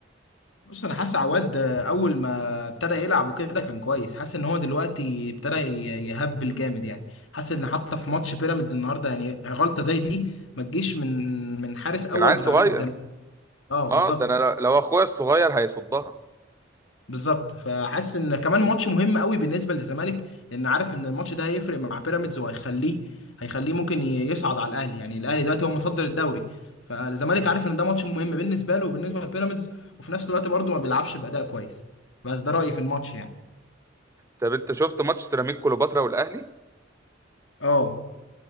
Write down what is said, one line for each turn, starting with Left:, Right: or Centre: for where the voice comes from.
Left: بص انا حاسس عواد ده اول ما ابتدى يلعب وكده كان كويس حاسس ان هو دلوقتي ابتدى ي- يهبل جامد يعني حاسس ان حتى في ماتش بيراميدز النهارده يعني غلطه زي دي ما تجيش من من حارس اول
Right: من عيل
Left: بتاع
Right: صغير
Left: نادي الزمالك اه بالظبط
Right: اه ده انا لو اخويا الصغير هيصدها
Left: بالظبط فحاسس ان كمان ماتش مهم قوي بالنسبه للزمالك لان عارف ان الماتش ده هيفرق مع بيراميدز وهيخليه هيخليه ممكن ي- يصعد على الاهلي يعني الاهلي دلوقتي هو متصدر الدوري فالزمالك عارف ان ده ماتش مهم بالنسبه له وبالنسبه لبيراميدز وفي نفس الوقت برضه ما بيلعبش باداء كويس بس ده رايي في الماتش يعني
Right: طب انت شفت ماتش سيراميكا كليوباترا والاهلي
Left: اه